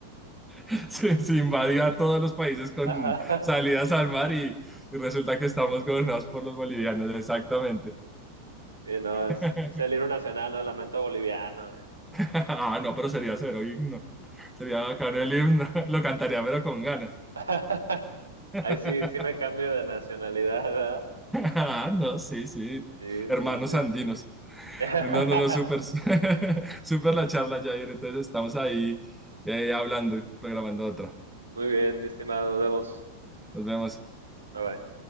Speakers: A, in the centre; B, on the right (about 80°).
A: <laughs> se, se invadió a todos los países con
B: Ajá.
A: salidas al mar y, y resulta que estamos gobernados por los bolivianos, exactamente.
B: Sí, no,
A: <laughs>
B: es, es, el libro nacional, ¿no? Lamento boliviano. eh.
A: Ah, no, pero sería cero himno. Sería bacano el himno. <laughs> Lo cantaría, pero con ganas.
B: <laughs>
A: <laughs>
B: Ahí sí, sí me cambio de nacionalidad, ¿verdad?
A: Ah, no, sí, sí.
B: Sí,
A: Hermanos
B: sí, sí.
A: andinos.
B: <laughs>
A: No, no, no, súper, <laughs> súper la charla, Jair. Entonces estamos ahí eh, hablando y programando otra.
B: Muy bien, mi estimado, nos vemos.
A: Nos vemos.
B: Bye bye.